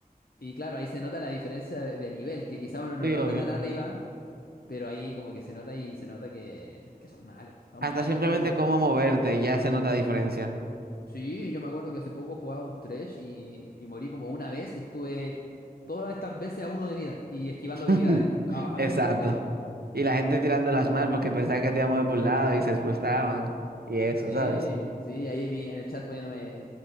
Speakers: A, on the left (about 70°); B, on the right (about 80°).
A: Y claro, ahí se nota la diferencia de, de nivel, que quizá uno no
B: Sí,
A: nota
B: obvio.
A: tan arriba, pero ahí como que se nota y se nota que, que son malos, son
B: Hasta
A: malos.
B: simplemente
A: <laughs>
B: cómo moverte, ya se nota diferencia.
A: Sí, yo me acuerdo que hace poco jugaba un Thresh y, y morí como una vez y estuve todas estas veces a uno de vida y esquivando
B: <laughs>
A: habilidades, a
B: Exacto.
A: a muy poquita vida.
B: Y la gente tirándolas mal porque pensaba que te iba a mover por un lado y se frustraban y eso,
A: Sí,
B: ¿sabes? <laughs>
A: sí, ahí mi- en el chat poniéndome